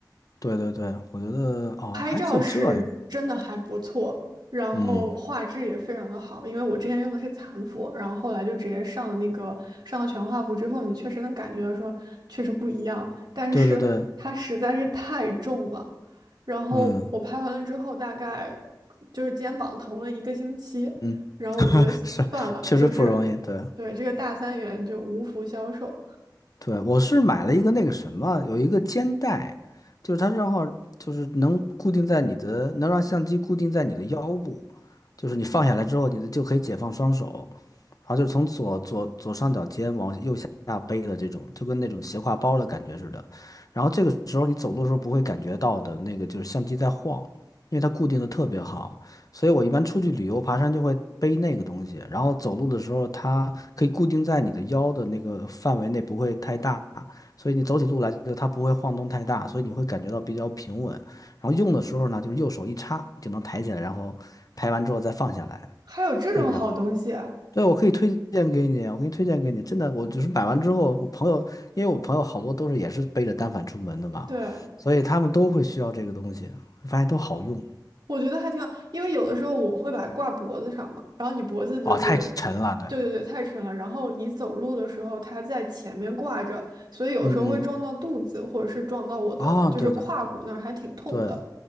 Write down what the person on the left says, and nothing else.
对对对，我觉得哦还可以这样，
嗯，
对对对，
嗯
嗯，
<laughs> 是确实不容易，
对
对，我是买了一个那个什么，有一个肩带，就是它正好就是能固定在你的，能让相机固定在你的腰部，就是你放下来之后，你的就可以解放双手，然后就是从左左左上角肩往右下背的这种，就跟那种斜挎包的感觉似的。然后这个时候你走路的时候不会感觉到的那个就是相机在晃，因为它固定的特别好。所以我一般出去旅游爬山就会背那个东西，然后走路的时候它可以固定在你的腰的那个范围内，不会太大，所以你走起路来就它不会晃动太大，所以你会感觉到比较平稳。然后用的时候呢，就是右手一插就能抬起来，然后拍完之后再放下来，
这样。对，我可以推荐给你，我给你推荐给你。真的，我只是买完之后，我朋友，因为我朋友好多都是也是背着单反出门的嘛，
所以他们都会需要这个东西，发现都好用。
哦，太沉了，对。
嗯嗯，
啊，对对
对，